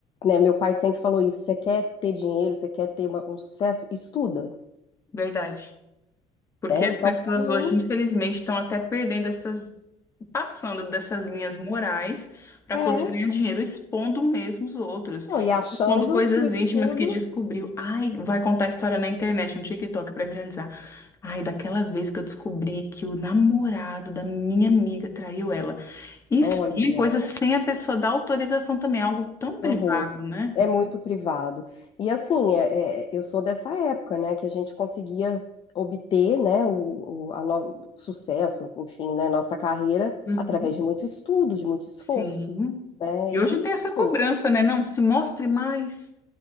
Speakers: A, on the left (about 40°); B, on the left (about 20°).
A: né, meu pai sempre falou isso, você quer ter dinheiro, você quer ter uma- um sucesso, estuda,
B: verdade. Porque
A: né?
B: as
A: Então,
B: pessoas
A: para mim,
B: hoje, infelizmente, estão até perdendo essas, passando dessas linhas morais para
A: é,
B: poder ganhar dinheiro, expondo mesmo os outros,
A: não, e achando
B: expondo coisas
A: que o estudo,
B: íntimas que descobriu. Ai, vai contar a história na internet, no TikTok para viralizar. Ai, daquela vez que eu descobri que o namorado da minha amiga traiu ela. Isso
A: olha,
B: é coisa sem a pessoa dar autorização também, é algo tão privado,
A: que horror,
B: né?
A: é muito privado. E assim, é- é, eu sou dessa época, né, que a gente conseguia obter, né, o, o- a no- o sucesso, enfim, né, nossa carreira
B: Uhum.
A: através de muito estudo, de muito esforço,
B: Sim.
A: né?
B: E
A: E
B: hoje tem essa
A: assim,
B: cobrança, né? Não, se mostre mais,